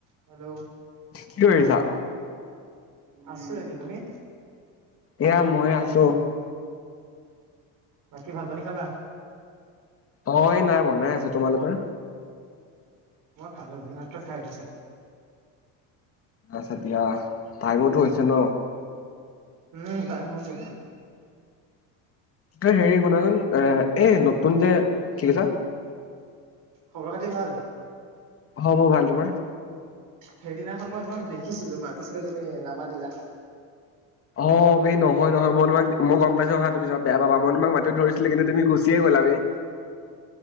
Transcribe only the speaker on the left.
কি কৰিছা
এয়া মই আছো
অ এই নাই বনাই আছে তোমালোকৰ
আচছা দিয়া টাইমোতো হৈছে ন
এই হেৰি শুনাচোন এ এই নতুন কে কি কৈছা
অ মোৰ ভাল তোমাৰ
অ বেই নহয় নহয় মই তোমাক মই গম পাইছো হয় তুমি পিছত বেয়া পাবা মই তোমাক মাতিবও ধৰিছিলো কিন্তু তুমি গুচিয়ে গলা বেই